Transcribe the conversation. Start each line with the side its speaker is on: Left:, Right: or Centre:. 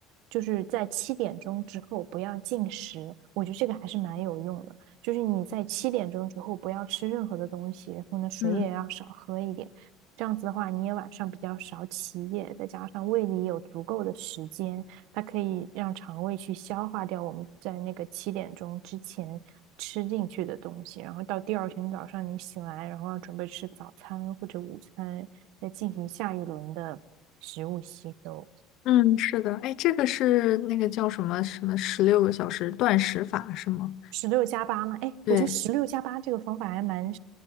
Right: 就是在七点钟之后不要进食，我觉得这个还是蛮有用的。就是你在七点钟之后不要吃任何的东西，然后呢水也要少喝一点，
Left: 嗯
Right: 这样子的话你也晚上比较少起夜，再加上胃里有足够的时间，它可以让肠胃去消化掉我们在那个七点钟之前吃进去的东西，然后到第二天早上你醒来，然后要准备吃早餐或者午餐，再进行下一轮的食物吸收。
Left: 嗯，是的，哎，这个是那个叫什么什么十六个小时断食法是吗？
Right: 十六加八嘛，哎，
Left: 对。
Right: 我觉得十六加八这个方法还蛮